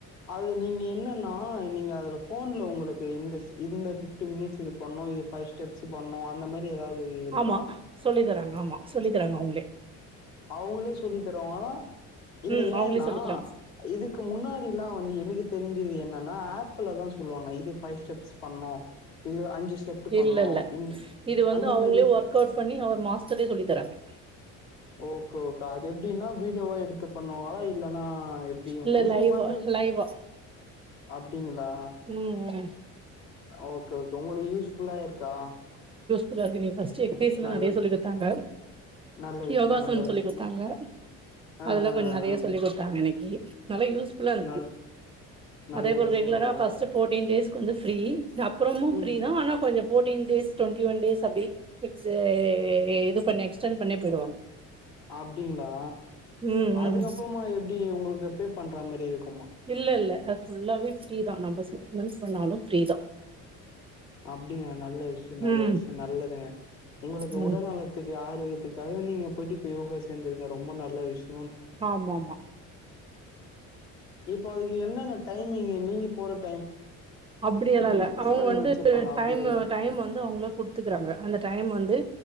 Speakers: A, on the left; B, on the right.
A: அது நீங்க என்னனா நீங்க அதுல போன்ல உங்களுக்கு இந்த இந்த பீப்டி மினிட்ஸ் இது பண்ணோ பை ஷ்ப்ஸ் பண்ணோ அந்த மாரி ஏதாவது இருக்கா
B: ஆமா சொல்லி தராங்க ஆமா சொல்லி தராங்க அவுங்களே
A: அவுங்களே சொல்லி தருவாங்களா இல்ல
B: ம் அவங்களே
A: ஏன்னா
B: சொல்லி தராங்க.
A: இதுக்கு முன்னாடில்லா வந்து எனக்கு தெரிஞ்சது என்னன்னா ஆ ஆப் லா தா சொல்லுவாங்க இது பைவ் ஸ்டெப்ஸ் பண்ணோ இது அஞ்சு செட்டு
B: இல்ல
A: பண்ணு
B: இல்ல
A: இந்
B: இது வந்து
A: அந்த
B: அவுங்ளே
A: மாரி
B: ஒர்க் அவுட் பண்ணி அவர் மாஸ்டரே சொல்லி தராங்க
A: ஓக்கே ஓகே அது எப்டின்னா வீடியோவா எடுத்து பண்ணுவாங்களா இல்லனா எப்டி
B: இல்ல
A: நீங்க
B: லைவா
A: பண்றது
B: லைவா
A: அப்டிங்களா
B: ம் ம்
A: ஓக்கே ஓக்கே உங்க யூஸ் ஃபுல்லாய் இருக்கா
B: புறா கிரி பைஸ் ச்சி பீஸ்ல
A: நல்
B: நெறய சொல்லி குதாங்க
A: நல்ல விஷயோ
B: யோகாசனம்
A: நல்ல
B: சொல்லி
A: விஷயோ
B: கொடுத்தாங்க
A: ஆ
B: அதுல
A: ஆ
B: கொஞ்சோ
A: ஆ
B: நெறய
A: ஆ
B: சொல்லி் குடுத்தாங்க இன்னைக்கு நல்லா யூஸ்ஃபுல்லா இருக்குது
A: நல் நல்ல
B: அதே போல
A: விஷயங்க
B: ரெகுலரா
A: நல்ல
B: ஃபஸ்டே போர்டீன் டேஸ் கொஞ்சோ ஃப்ரீ அப்புறமு
A: ம்
B: ஃப்ரீதானக்ஷ ஆனா கொஞ்சோ fourteen days twenty one days அப்டி எக்ஸு இது பண்ணி எக்ஸ்டெட் பண்ணி போயிடுவோ
A: அப்டிங்ளா
B: ம்
A: அதுக்கப்ரமா
B: ம்
A: எப்டி உங்களுக்கு இல்ல பே பண்ற மாரி இருக்கு
B: இல்ல இல்ல அ ஃபுல்லாவே ஃப்ரீ தா நம்ம சிக்ஸ் மந்த் பண்ணாலு ஃப்ரீ தா
A: அப்டிங்கா நல்ல விஷயோ நல்ல
B: ம்
A: விஷயோ நல்லதுங்க உங்க
B: ம்
A: உடல்நலத்துக்கு ஆரோக்கியதுக்காக நீங்க போயிட்டு யோகா சேந்திருக்கே ரொம்ப நல்ல விஷய
B: ஆமாம்மா
A: இப்போ வந்து என்னென்ன டைமிங்கு நீங்க போறதூ
B: அப்டிய லா இல்ல அவுங்க
A: பண்ணி
B: வந்து
A: வச்சிருப்பாங்க அப்டியேதா
B: டைம் டைம் வந்து அவுங்க குடுத்துகறாங்க அந்த டைம் வந்து